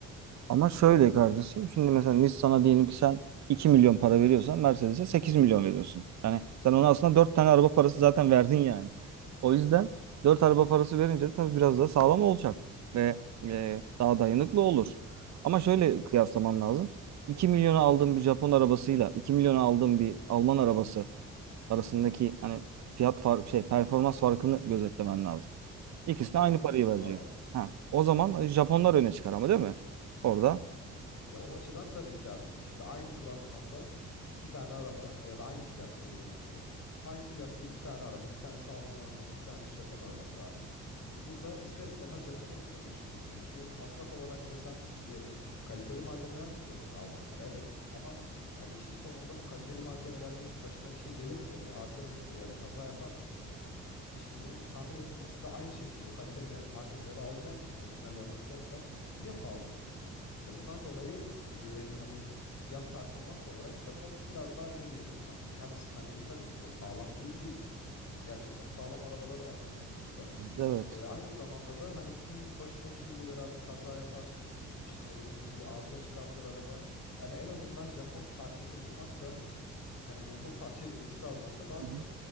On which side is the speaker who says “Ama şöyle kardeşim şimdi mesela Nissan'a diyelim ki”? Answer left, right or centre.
Right